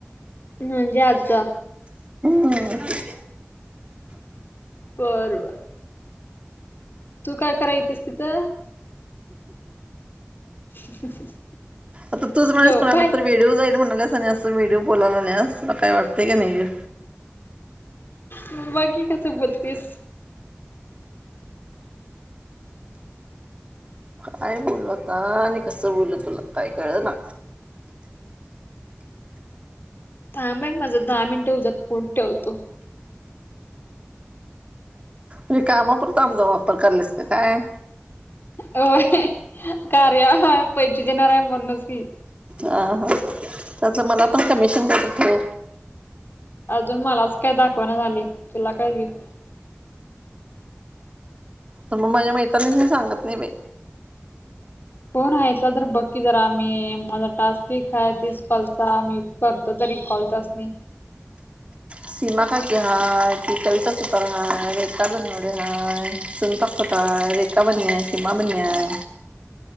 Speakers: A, on the left; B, on the right.
A: म्हणजे आजजा
B: हम्म हम्म.
A: बरोबर तू काय करायचीस तिथं? <unintelligible>
B: आता तूच म्हणस
A: झोपाय
B: कोणाकडं तर व्हिडिओ जाईल म्हणालेस आणि असं व्हिडिओ बोलावलायास तुला काय वाटतय की नाही.
A: म‌ बाकी कसं बोलतीस?
B: काय बोलू आता आणि कसं बोलू तुला काय कळं ना.
A: थांब बाई माझं दहा मिनिटं होऊ द्यात फोन ठेवतो.
B: मी कामापुरता आमचा वापर करलीस का काय?
A: होय कार्या ऐप पैशे देणार आहे म्हणूनस की.
B: आ हा त्यातलं मला पण कमिशन कायतर ठेव.
A: अजून मलाच काय दाखवना झाली तुला काय देऊ.
B: तर मग माझ्या मैत्रिणी बी मी सांगत नाही बाई.
A: कोण हायसा जर बघ की जरा, मी माझा टास्क ठीक आहे, तीस कॉलचा मी करतो तरी कॉल, त्यासनी
B: सीमा काकी हाय, ती कविता सुतार हाय, रेखा बनवडे हाय, सुनीता खोत हाय, रेखा बने हाय, सीमा बने हाय